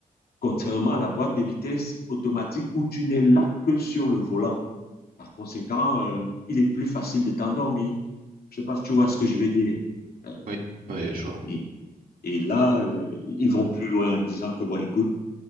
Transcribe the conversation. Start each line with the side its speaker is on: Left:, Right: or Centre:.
Left: contrairement à la boîte de vitesse automatique où tu n'es là que sur le volant. Par conséquent, euh, il est plus facile de t'endormir. Je sais pas si tu vois ce que je veux dire. Euh,
Right: oui, ouais, je vois.
Left: Et, et là, euh, ils vont plus loin en disant que, bon, écoute,